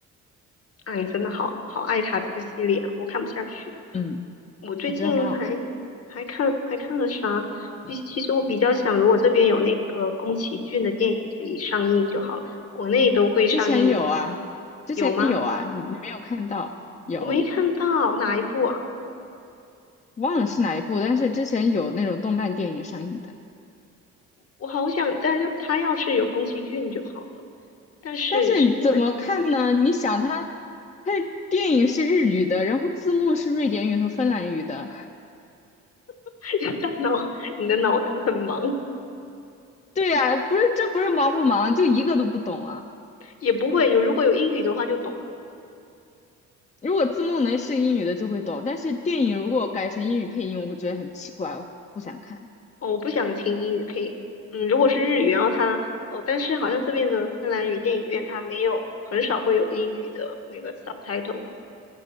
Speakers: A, on the left; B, on the left.
A: 啊，你真的好好爱他这个系列啊，我看不下去。
B: 嗯，
A: 我最近还还看还看了啥？
B: 我觉得很好看。
A: 我比其实我比较想，如果这边有那个宫崎骏的电影可以上映就好了，国内都会上映，
B: 之前有啊，之前有啊，
A: 有吗？
B: 你你没有看到，有，
A: 我没看到哪一部啊？
B: 忘了是哪一部，但是之前有那种动漫电影上映的。
A: 我好想，但是他要是有宫崎骏就好了，但是是英文字母，
B: 但是怎么看呢？你想它，它电影是日语的，然后字幕是瑞典语和芬兰语的。
A: <laughs> 大脑你的脑子很忙，
B: 对呀，不是，这不是忙不忙，就一个都不懂啊。
A: 也不会有，如果有英语的话就懂了。
B: 如果字幕能是英语的就会懂，但是电影如果改成英语配音，我会觉得很奇怪，我不想看。
A: 哦，我不想听英语配音。嗯，如果是日语，然后它哦，但是好像这边的芬兰语电影院它没有，很少会有英语的那个 subtitle。